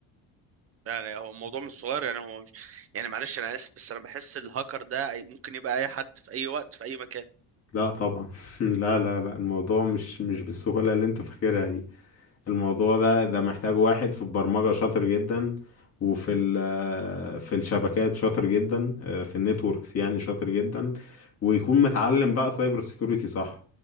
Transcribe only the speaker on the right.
يعني هو الموضوع مش صغير يعني هو مش يعني معلش انا اسف بس انا بحس الهاكر ده أي- ممكن يبقى اي حد في اي وقت في اي مكان